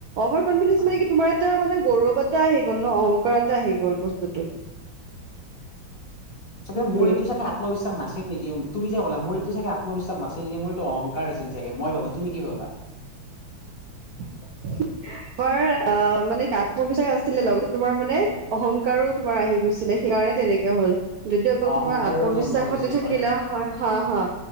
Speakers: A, on the right; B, on the left.
A: অভাৰ কনফিডেঞ্চ
B: হয়।
A: মানে কি তোমাৰ এটা মানে গৌৰৱ এটা আহি গ'ল ন অহংকাৰ এটা আহি গ'ল বস্তুটোত। সেইটোৱে।
B: তে মোৰ এইটো চাগে আত্মবিশ্বাস নাছিল নেকি তুমি যে ক'লা মোৰটো ত চাগে আত্মবিশ্বাস নাছিলে মোৰ এইটো অহংকাৰ আছিল চাগে মই ভাবো, তুমি কি ভাবা?
A: <unintelligible> তোমাৰ অ মানে কি আত্মবি্বাস আছিলে লগত তোমাৰ মানে অহংকাৰো তোমাৰ আহি গৈছিলে সেই কাৰণে তেনেকে হ'ল যদি অকল
B: অহংকাৰৰ
A: তোমাৰ আত্মবিশ্বাসতে
B: জন্ম হৈছিল
A: থাকিলা হয় হা হা